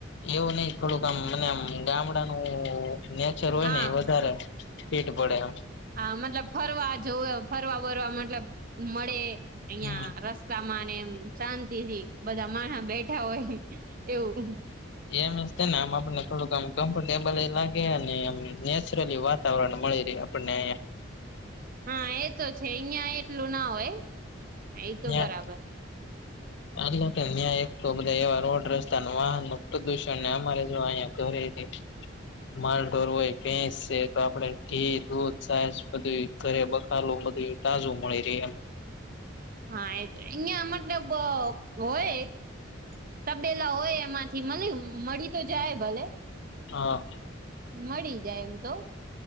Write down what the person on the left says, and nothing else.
એવું નથી, થોડુંક આમ મને આમ ગામડાનું નેચર
એ વધારે હીટ પડે એમ.
હમ
એમ છે ને, આમ આપણને થોડુંક કમ્ફર્ટેબલ લાગે અને નેચરલી વાત કરવાનુ મળી રહે આપણને.
અહીંયા
એટલે કે અહીંયાં એક તો બધા એવા રોડ-રસ્તા ને વાહનનો પ્રદૂષણ, ને અમારે જો અહીયાં ઘરે હે. માલ-ઢોર હોય. ભેંસ છે તો આપણે ઘી, દૂધ, છાસ બધુંય ઘરે બક <unintelligible> તાજું મળી રહ્યે એમ.
હા.